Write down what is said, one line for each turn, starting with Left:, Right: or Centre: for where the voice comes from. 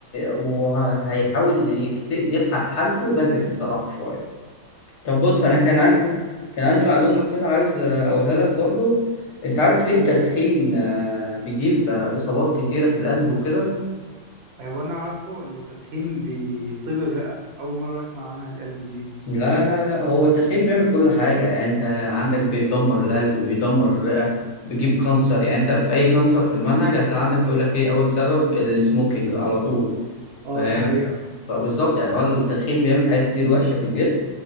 Left: وهيحاول يكت... يلحق حالته بدري الصراحة شوية طب بص
Right: امم
Left: أنا كان
Right: ده حقيقة
Left: عندي كان عندي معلومة كده عايز أقولها لك برضو أنت عارف ليه
Right: قول
Left: التدخين آه، بيجيب آه، إصابات كتيرة في القلب وكده؟
Right: هو انا اعرفه ان التدخين بيصيب الرئة اول مرة اسمع عنها القلب دي
Left: لا لا لا هو التدخين بيعمل كل حاجة يعني أنت عندك بيدمر القلب بيدمر الرئة بيجيب كانسر يعني أنت في أي كانسر في المنهج هتلاقي عندك بيقول لك إيه أول سبب السموكينج على طول
Right: اه
Left: فاهم
Right: ده حقيقة
Left: فبالظبط يعني هو التدخين بيعمل حاجات كتير وحشة في الجسم